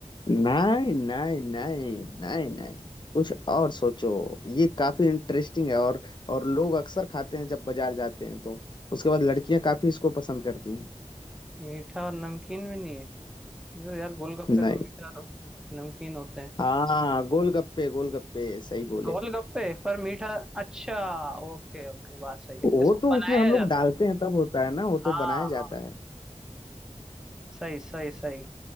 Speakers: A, on the left; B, in the centre.
A: नहीं नहीं नहीं नहीं नहीं कुछ और सोचो ये काफी इंटरेस्टिंग है और और लोग अक्सर खाते हैं जब बाजार जाते हैं तो उसके बाद लड़कियां काफी इसको पसंद करती हैं
B: मीठा और नमकीन भी नहीं है तो यार गोलगप्पे
A: नहीं
B: तो मीठा और नमकीन होते हैं
A: हाँ गोलगप्पे गोलगप्पे सही बोले
B: गोलगप्पे पर मीठा अच्छा ओके ओके बात सही है
A: वो
B: इसको
A: तो
B: बनाया
A: उसमें हम लोग
B: जाता
A: डालते
B: है
A: हैं तब होता है ना वो
B: हाँ
A: तो बनाया जाता
B: हाँ
A: है
B: सही सही सही